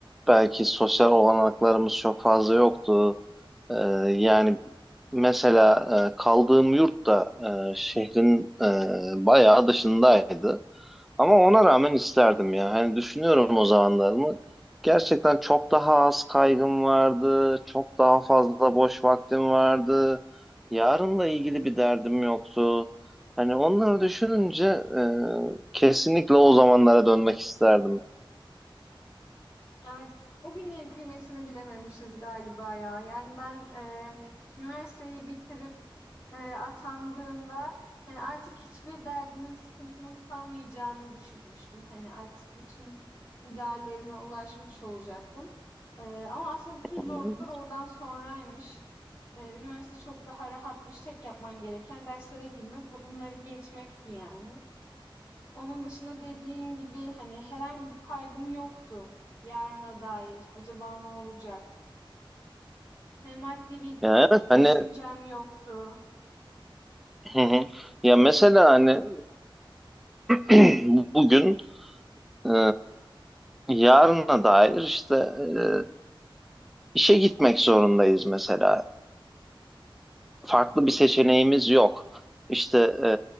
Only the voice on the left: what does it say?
Evet. O günlerin kıymetini bilememişiz galiba ya. Yani ben eee, üniversiteyi bitirip eee, atandığımda hani artık hiçbir derdimin, sıkıntımın kalmayacağını düşünmüştüm. Hani artık bütün ideallerime ulaşmış olacaktım. Eee, ama aslında
bütün zorluklar oradan sonraymış. Eee, üniversite çok daha rahatmış. Tek yapman gereken derslere girmek ve onları geçmekti yani. Onun dışında dediğin gibi hani herhangi bir kaygım yoktu yarına dair. Acaba ne olacak? Hani maddi bir
düşüncem yoktu.